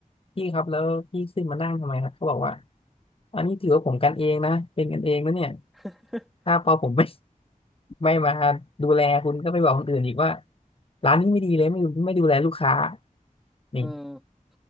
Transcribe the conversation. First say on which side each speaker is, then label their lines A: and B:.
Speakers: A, on the left; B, in the centre.
A: พี่ครับแล้วพี่ขึ้นมานั่งทำไมครับเขาบอกว่าอันนี้ถือว่าผมกันเองนะเป็นกันเองนะเนี่ย
B: <laughs>
A: ถ้าพอผมไม่ <laughs> ไม่มาดูแลคุณก็ไปบอกคนอื่นอีกว่าร้านนี้ไม่ดีเลยไม่ไม่ดูแลลูกค้านี่
B: อืม